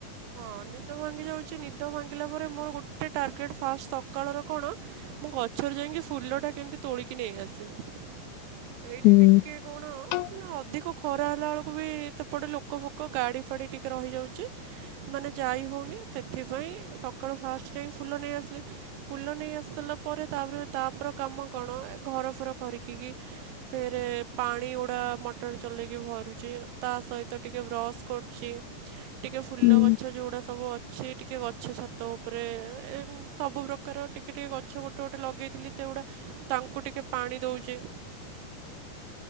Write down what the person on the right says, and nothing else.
ହଁ ନିଦ ଭାଙ୍ଗି ଯାଉଛି, ନିଦ ଭାଙ୍ଗିଲା ପରେ ମୋର ଗୋଟେ ଟାର୍ଗେଟ୍ ଫାଷ୍ଟ ସକାଳର କଣ ମୁଁ ଗଛରେ ଯାଇକି ଫୁଲ ଟା କେମିତି ତୋଳିକି ନେଇ ଆସିବି। ଏଇଠି
ଟିକେ କଣ
ନା ଅଧିକ ଖରା ହେଲା ବେଳକୁ ବି ତ ଏପଟେ ଲୋକ ଫୋକ ଗାଡ଼ି ଫାଡ଼ି ଟିକେ ରହିଯାଉଛି। ମାନେ ଯାଇ ହଉନି ସେଥିପାଇଁ ସକାଳୁ ଫାଷ୍ଟ ଯାଇ ଫୁଲ ନେଇ ଆସିଲେ। ଫୁଲ ନେଇ ଆସିିଲା ପରେ ତାପରେ ତାପର କାମ କଣ ଏ ଘର ଫର ଖରିକି କିି ଫେରେ ପାଣି ଗୁଡ଼ା ମଟର ଚଲେଇକି ଭରୁଛି, ତା ସହିତ ଟିକେ ବ୍ରସ୍ କରୁଚି।
ଟିକେ ଫୁଲ
ଗ ଛ, ଯୋଉଡା ସବୁ ଅଛି, ଏ ଟିକେ ଗଛ ଛାତ ଉପରେ ଏ ସବୁ ପ୍ରକାର ଟିକେ ଟିକେ ଗଛ ଗୋଟେ ଗୋଟେ ଲଗେଇ ଥିଲି ତ ଏଗୁଡ଼ା ତାଙ୍କୁ ଟିକେ ପାଣି ଦଉଚେ।